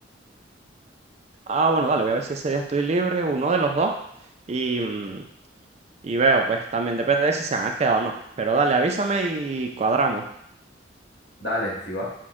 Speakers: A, on the right (about 35°); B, on the left (about 60°).
A: Ah, bueno, dale, voy a ver si ese día estoy libre, uno de los dos. Y, mm, y veo, pues también depende de si se han quedado o no. Pero dale, avísame y cuadramos.
B: Dale, si vas.